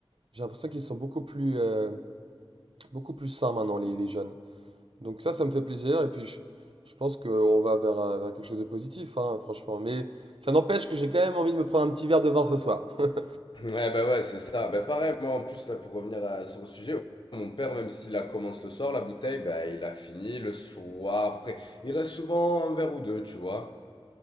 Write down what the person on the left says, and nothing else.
Ouais, bah ouais, c'est ça. Bah pareil, moi en plus, là, pour revenir à- sur le sujet, mon père, même s'il la commence le soir, la bouteille, bah il a fini le soir. Après, il reste souvent un verre ou deux, tu vois.